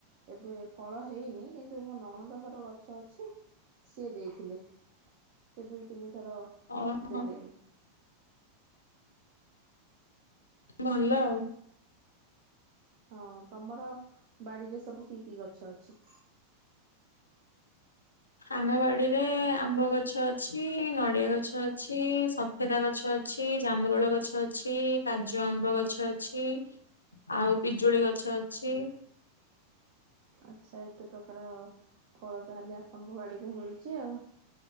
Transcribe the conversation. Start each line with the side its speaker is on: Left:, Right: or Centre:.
Right: ଏବେ ଫଳ ହେଇନି କିନ୍ତୁ ମୋ ନଣଦହର ଗଛ ଅଛି ସିଏ ଦେଇଥିଲେ। ସେ ଦୁଇ ତିନି ଥର
Left: ଓହୋ
Right: ଦେଲେଣି।
Left: ଭଲ ଆଉ।
Right: ହଁ ତମର ବାଡିରେ ସବୁ କି କି ଗଛ ଅଛି?
Left: ଆମ ବା ଡିରେ ଆମ୍ବ ଗଛ ଅଛି, ନଡିଆ ଗଛ ଅଛି, ସଫେଦା ଗଛ ଅଛି, ଜାମରୋଳ ଗଛ ଅଛି, କାଜୁ ଆମ୍ବ ଗଛ ଅଛି, ଆଉ ପିଜୁଳି ଗଛ ଅଛି।
Right: ଆଚ୍ଛା ଏତେ ପ୍ରକାର ଫଳ ତାହେଲେ ଆପଣଙ୍କ ବାଡିରେ ମିଳୁଛି ଆଉ।